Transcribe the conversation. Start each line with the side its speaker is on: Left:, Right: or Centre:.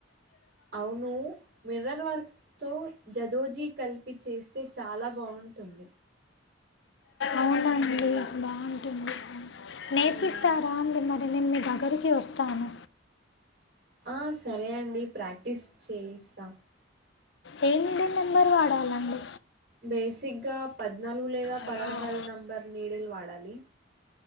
Right: అవును మిర్రల్ వర్క్ తో జదోజీ కలిపి చేస్తే చాలా బాగున్ ఉంటుంది
Left: అవునండి బాగుంటుంది నేర్పిస్తారా
Right: మ్మ్
Left: అండి మర్ నేను మీ దగ్గరికి వస్తాను
Right: ఆ సరే అండి ప్రాక్టీస్ చేయిస్తా
Left: <inaudible> ఏ నీడిల్ నెంబర్ వాడాలండి
Right: బేసిక్గా పద్నాలుగు లేదా
Left: హలో
Right: పదహారు నంబర్ నీడిల్ వాడాలి.